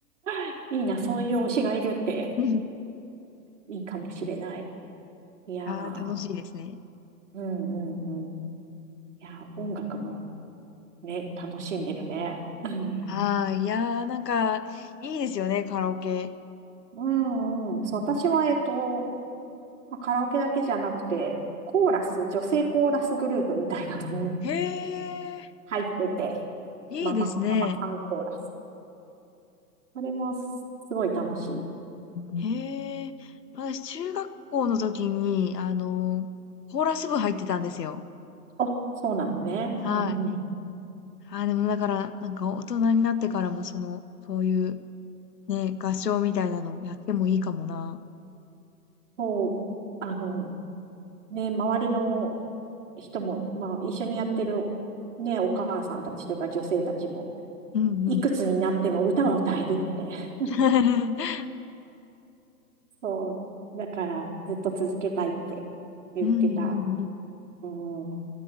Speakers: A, on the right; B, on the left.
A: いいな、そういう推しがいるって
B: <laughs> あ
A: いいかもしれない。いやー、
B: あ楽しいですね。
A: うんうんうん。いやー、音楽もね、楽しんでるね。うん
B: ああ、いやー、なんか、いいですよね、カラオケ。
A: うんうん。そう、私は、えっと、まあカラオケだけじゃなくて、コーラス、女性コーラスグループみたいなのに
B: へえ、
A: 入ってて、
B: いいですね。
A: ママ、ママさんコーラス。それもすすごい楽しい。
B: へえ、私、中学校の時に、あの、コーラス部入ってたんですよ。
A: あ、そうなのね。
B: はい。
A: うんうん。
B: ああ、でもだから、なんか大人になってからも、その、そういう、ね、合唱みたいなのやってもいいかもな。
A: そう、あの、ね、周りの人も、まあ、一緒にやってる、ね、お母さんたちとか女性たちも、
B: うんうん。
A: いくつになっても歌は歌えるって。<laughs>
B: <laughs>
A: そう、だからずっと続けたいって言ってた。
B: うんうんうん。
A: うん。